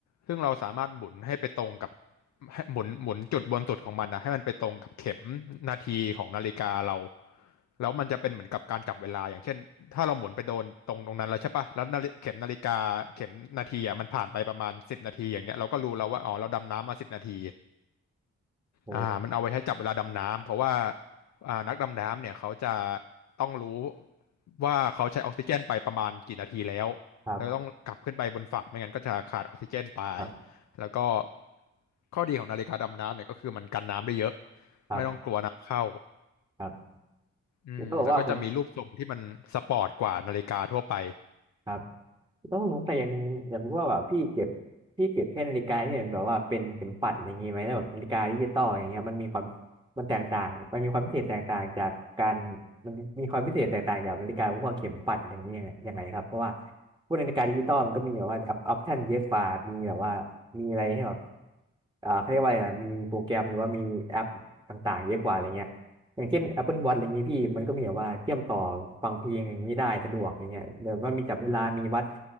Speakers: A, on the left (about 65°); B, on the right (about 15°).
A: ซึ่งเราสามารถหมุนให้ไปตรงกับให้หมุนหมุนจุดบนสุดของมันนะให้มันไปตรงกับเข็มนาทีของนาฬิกาเราแล้วมันจะเป็นเหมือนกับการจับเวลา อย่างเช่นถ้าเราหมุนไปโดนตรงตรงนั้นแล้วใช่ปะแล้วนาฬิเข็มนาฬิกาเข็มนาทีอ่ะมันผ่านไปประมาณสิบนาทีอย่างเงี้ยเราก็รู้แล้วว่าอ๋อเราดำน้ำมาสิบนาที
B: โอ้
A: อ่ามันเอาไว้ใช้จับเวลาดำน้ำเพราะว่าอ่านักดำน้ำเนี่ยเขาจะต้องรู้ว่าเขาใช้ออกซิเจนไปประมาณกี่นาทีแล้วแล้วต้องกลับขึ้นไปบนฝั่งไม่งั้นก็จะขาดออกซิเจนไป
B: ครับ ครับ
A: แล้วก็ข้อดีของนาฬิกาดำน้ำเนี่ยก็คือมันกันน้ำได้เยอะ
B: ครับ
A: ไม่ต้องกลัวน้ำเข้า
B: ครับ
A: อืมแล้วก็จะมีรูปทรงที่มันสปอร์ตกว่านาฬิกาทั่วไป
B: แล้วแบบว่าผมครับแล้วผมสงสัยอย่างหนึ่งอยากรู้ว่าแบบพี่เก็บพี่เก็บแค่นาฬิกาที่เห็นแบบว่าเป็นเข็มปัดอะไรอย่างงี้ไหมแล้วแบบนาฬิกาดิจิตอลอย่างเงี้ยมันมีความมันแตกต่างมันมีความพิเศษแตกต่างจากการมันมีความพิเศษแตกต่างจากนาฬิกาพวกเข็มปัดอย่างเงี้ยยังไงครับเพราะว่าพวกนาฬิกาดิจิตอลมันก็มีแบบว่าออปชั่นเยอะกว่ามีแบบว่ามีอะไรให้แบบอ่าเขาเรียกว่าอะไรนะมีโปรแกรมหรือว่ามีแอปต่างๆเยอะกว่าอะไรเงี้ย อย่างเช่น Apple Watch อะไรอย่างนี้พี่มันก็มีแบบว่าเชื่อมต่อฟังเพลงอย่างนี้ได้สะดวกอย่างเงี้ยเหมือนว่ามีจับเวลามีวัด